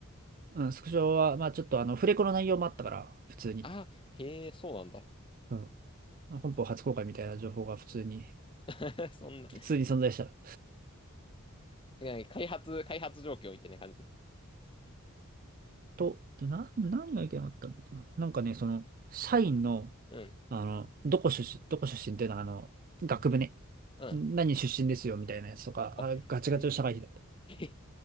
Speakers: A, on the right; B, on the left.
A: うん、スクショは、まあちょっとあの、フレコの内容もあったから、普通に。
B: ああー、へえ、そうなんだ。
A: うん、本邦初公開みたいな情報が普通に。
B: <laughs> そんな、なんか
A: 普通に存在したら。
B: ね開発、開発状況みたいな感じ
A: と、でな、何がいけなかったんだっけな。なんかね、その、社員の、
B: うん、
A: あの、どこ出身、どこ出身っていうのは、あの、学部ね。
B: うん。
A: 何出身ですよ、みたいなやつとか、
B: あ、
A: あ、ガチガチの社会人だった。
B: へえ。<laughs> へ